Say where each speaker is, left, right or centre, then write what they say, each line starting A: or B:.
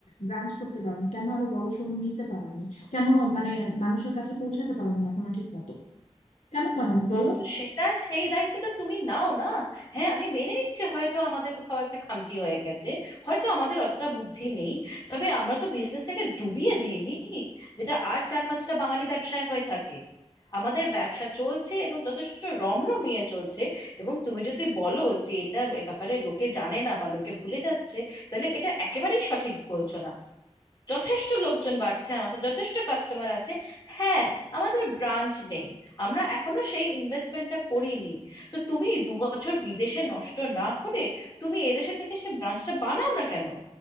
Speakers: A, on the left (about 75°); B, on the left (about 35°).
A: ব্রাঞ্চ করতে পারোনি কেন আরো বড় শোরুম নিতে পারোনি কেন মানে মানুষের কাছে পৌঁছাতে পারোনি এখনো ঠিক মতো কেন পারোনি বলো
B: তো সেটা সেই দায়িত্বটা তুমি নাও না হ্যাঁ আমি মেনে নিচ্ছি হয়তো আমাদের কোথাও একটা খামতি হয়ে গেছে হয়তো আমাদের অতটা বুদ্ধি নেই তবে আমরা তো বিজনেসটাকে ডুবিয়ে দিইনি যেটা আর চার পাঁচটা বাঙালি ব্যবসায় হয়ে থাকে আমাদের ব্যবসা চলছে এবং যথেষ্ট রমরমিয়ে চলছে এবং তুমি যদি বলো যে এটার ব্যাপারে লোকে জানে না বা লোকে ভুলে যাচ্ছে তাহলে এটা একেবারেই সঠিক বলছো না যথেষ্ট লোকজন বাড়ছে আমাদের যথেষ্ট কাস্টমার আছে হ্যাঁ আমাদের ব্রাঞ্চ নেই আমরা এখনো সেই ইনভেস্টমেন্টটা করিনি তো তুমি দু বছর বিদেশে নষ্ট না করে তুমি এদেশে থেকে সে ব্রাঞ্চটা বানাও না কেন